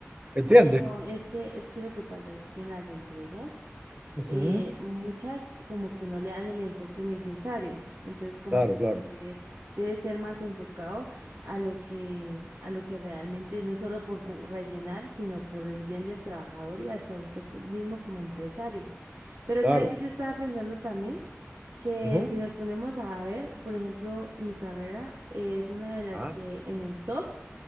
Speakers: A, on the right; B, on the right.
A: ¿entiendes?
B: Ay, no, es que es que lo que pasa es que en las empresas
A: Ujú.
B: eh, muchas como que no le dan el enfoque necesario. Entonces, como
A: Claro, claro,
B: que debe ser más enfocado a lo que, a lo que realmente, no solo por cu- rellenar, sino por el bien del trabajador y hacia usted co- mismo como empresario. Pero
A: claro.
B: sabe que yo estaba pensando también que
A: Ujú.
B: si nos ponemos a ver, por ejemplo, mi carrera es una de las
A: Ah,
B: que en el top